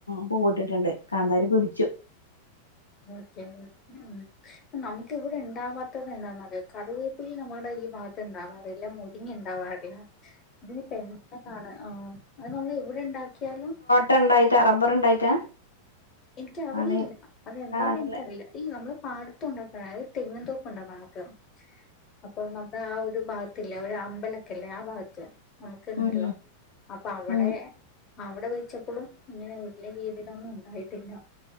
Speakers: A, on the left; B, on the left.
A: പൂ വിട്ടിട്ടുണ്ട് കാന്താരി പിടിച്ചു
B: ഓക്കെ <unintelligible> നമുക്ക് ഇവിടെ ഉണ്ടാവാത് എന്താന്നറിയോ കറിവേപ്പുള്ളി നമ്മുടെ ഈ ഭാഗത്തുണ്ടാവാ റില്ല പിന്നെ ഉണ്ടാവാറില്ല
A: <inaudible>
B: ഇതിന് പെട്ടെന്നാണ് ആഹ് അത് നമ്മൾ എവിടെ ഉണ്ടാക്കിയാലും
A: തോട്ടം ഉണ്ടായിട്ടാ റബ്ബർ ഉണ്ടായിട്ടാ
B: എനിക്കറിയില്ല
A: അറി
B: അതെന്താന്ന്
A: കാണില്ല
B: എനിക്കറിയില്ല ഇല്ല നമ്മള് പാടത്ത ഉണ്ടാക്കാം അതായത് തെങ്ങിൻ തോപ്പ ഉണ്ട് നമുക്ക് അപ്പൊ നമ്മുടെ ആഹ് ഒരു ഭാഗത്തില്ലേ ഒരു അമ്പലോക്കെ ഇ ല്ലേ ആ ഭാഗത്ത് നമുക്ക് ഇണ്ടല്ലോ
A: ഉം
B: അപ്പൊ അവിടെ
A: ഉം
B: അവിടെ വെച്ചപ്പൊളും അങ്ങനെ വലിയ രീതിയിലൊന്നും ഉണ്ടായിട്ടില്ല